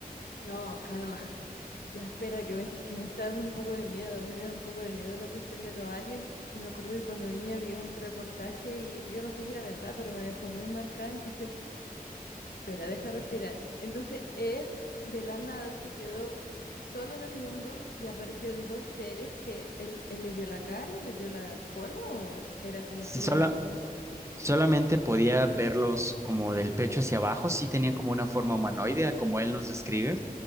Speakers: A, on the left; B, on the right.
A: No, calma. Ya, espera, que me, que me está dando un poco de miedo. A mí me da un poco de miedo la cuestión de los aliens. Me acuerdo que cuando niña vi un reportaje y yo no sé si era verdad, pero me dejó muy marcada. Entonces, espera, deja respirar. Entonces, él de la nada se quedó solo en el mundo y aparecieron dos seres que él, él le vio la cara, le vio la forma o era como
B: Si
A: solo
B: sola-
A: una luz.
B: solamente podía verlos como del pecho hacia abajo, sí tenían como una forma humanoidea, como él nos describe